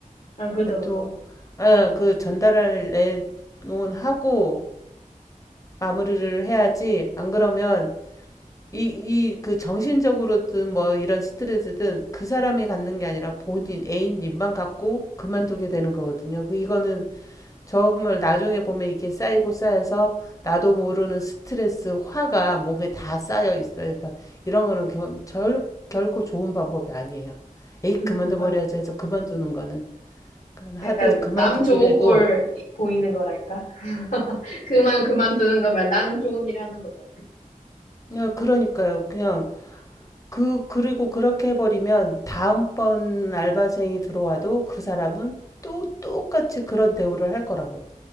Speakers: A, on the left (about 65°); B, on the left (about 20°).
A: 아, 그죠, 그죠.
B: 또, 어, 그 전달할 내용은 하고 마무리를 해야지. 안 그러면 이, 이, 그 정신적으로든 뭐 이런 스트레스든 그 사람이 갖는 게 아니라 본인, 애인님만 갖고 그만두게 되는 거거든요. 그, 이거는 정말 나중에 보면 이게 쌓이고 쌓여서 나도 모르는 스트레스, 화가 몸에 다 쌓여 있어요. 그러니까 이런 거는 결, 절- 결코 좋은 방법이 아니에요. 에이,
A: 음,
B: 그만둬버려야지
A: 맞아요.
B: 해서 그만두는 거는. 그러니까
A: 약간
B: 하들 그만두더라도
A: 남 좋은 꼴 보이는 거랄까? <laughs> 그만 그만두는 거면 난 좋은 일 하는 거죠.
B: 야, 그러니까요. 그냥 그 그리고 그렇게 해버리면 다음번 알바생이 들어와도 그 사람은 또 똑같이 그런 대우를 할 거라고요.